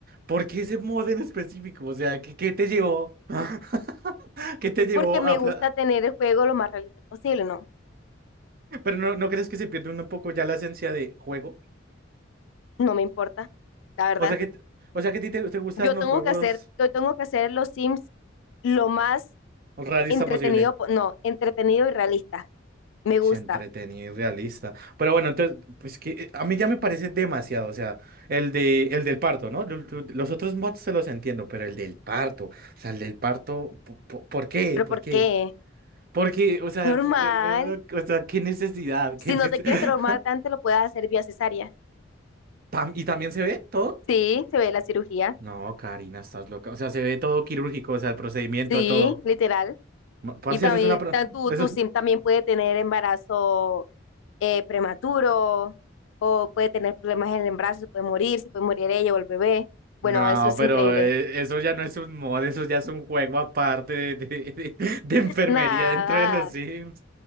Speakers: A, on the right; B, on the left.
A: ¿Por qué ese mod en específico? O sea, ¿qué, qué te llevó? <laughs> ¿Qué te llevó
B: Porque me
A: a...
B: gusta
A: pla-
B: tener el juego lo más realista posible, ¿no?
A: Pero no, ¿no crees que se pierde un poco ya la esencia de juego?
B: No me importa, la verdad.
A: O sea que, o sea que a ti te, te gustan
B: Yo tengo
A: los juegos
B: que hacer, yo tengo que hacer los Sims lo más
A: realista
B: entretenido,
A: posible.
B: po- no, entretenido y realista. Me gusta.
A: Es entretenido y realista. Pero bueno, entonces, pues que eh, a mí ya me parece demasiado. O sea, el de el del parto, ¿no? Yo- yo- Los otros mods se los entiendo, pero el del parto. O sea, el del parto, po- po- ¿por qué?
B: ¿Pero
A: ¿Por
B: por
A: qué?
B: qué?
A: Porque, o sea,
B: Normal.
A: por- eh, eh, o sea, qué necesidad,
B: Si
A: qué nece-
B: no te quieres
A: <laughs>
B: transformar tanto, lo puedes hacer vía cesárea.
A: Tam- ¿Y también se ve todo?
B: Sí, se ve la cirugía.
A: No, Karina, estás loca. O sea, se ve todo quirúrgico, o sea, el procedimiento,
B: Sí,
A: todo.
B: literal.
A: Ma- Parce,
B: Y también
A: eso es una... pro-
B: ta- tu,
A: <laughs> Eso,
B: tu sim también puede tener embarazo eh, prematuro o puede tener problemas en el embarazo, se puede morir, se puede morir ella o el bebé. Bueno,
A: No,
B: eso es
A: pero
B: increíble.
A: eh, eso ya no es un mod, eso ya es un juego aparte de, de- de- <laughs> de enfermería
B: Nada,
A: dentro de los Sims,